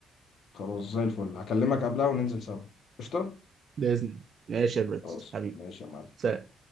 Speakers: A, on the left (about 60°); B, on the right (about 50°).
A: خلاص زي الفل هكلمك قبلها وننزل سوا قشطة
B: بإذن الله ماشي يا برنس
A: خلاص
B: حبيبي
A: ماشي يا معلم
B: سلام